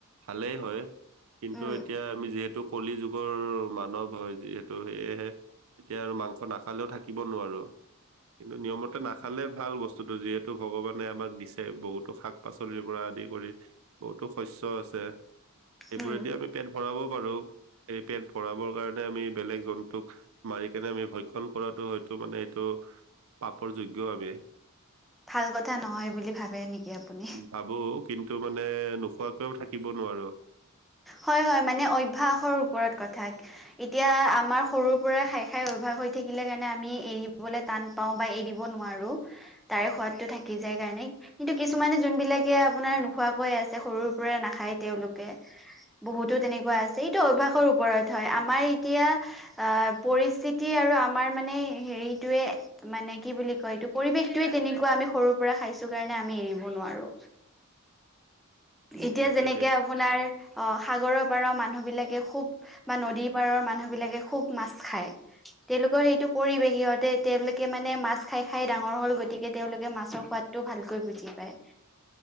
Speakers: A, on the right; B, in the centre.
A: ভালেই হয়। কিন্তু
B: উম
A: এতিয়া আমি যিহেতু কলি যুগৰ মানৱ হয়, যিহেতু সেয়েহে এতিয়া আৰু মাংস নাখালেও থাকিব নোৱাৰো, কিন্তু নিয়মতে নাখালে ভাল বস্তু বস্তুটো, যিহেতু ভগৱানে আমাক দিছে, বহুতো শাক-পাচলিৰ পৰা আদি কৰি। বহুতো শস্য আছে। সেইবোৰেদি
B: উম
A: আমি পেট ভৰাব পাৰো, এই পেট ভৰাবৰ কাৰণে আমি বেলেগ জন্তুক মাৰি কেনে আমি ভক্ষণ কৰাটো, হয়তো মানে এইটো, পাপৰ যোগ্য আমি।
B: ভাল কথা নহয় বুলি ভাবে নেকি আপুনি?
A: ভাবোঁ কিন্তু মানে নোখোৱাকৈও থাকিব নোৱাৰো।
B: হয়, হয় মানে অভ্যাসৰ ওপৰত কথা। এতিয়া আমাৰ সৰুৰ পৰা খাই খাই অভ্যাস হৈ থাকিলে কাৰণে আমি এৰিবলে টান পাওঁ বা এৰি দিব নোৱাৰো, তাৰে সোৱাদটো থাকি যায় কাৰণে। কিন্তু কিছুমানে যোনবিলাকে আপোনাৰ নোখোৱাকৈ আছে সৰুৰ পৰা নাখায় তেওঁওলোকে বহুতো তেনেকুৱা আছে, এইটো অভ্যাসৰ ওপৰত হয় আমাৰ এতিয়া আহ, পৰিস্থিতি আৰু আমাৰ মানে হেৰিটোয়ে মানে কি বুলি কয় এইটো পৰিৱেশটোয়ে তেনেকুৱা আমি সৰুৰ পৰা খাইছো কাৰণে আমি এৰিব নোৱাৰো। এতিয়া
A: তাকে
B: যেনেকে আপোনাৰ সাগৰৰ পাৰৰ মানুহবিলাকে খুব বা নদীৰ পাৰৰ মানুহ বিলাকে খুব মাছ খায় তেওঁলোকৰ সেইটো পৰিৱেশ সিহঁতে তেওঁলোকে মানে মাছ খাই খাই ডাঙৰ হ'ল গতিকে তেওঁলোকে মাছৰ সোৱাদটো ভালকৈ বুজি পায়।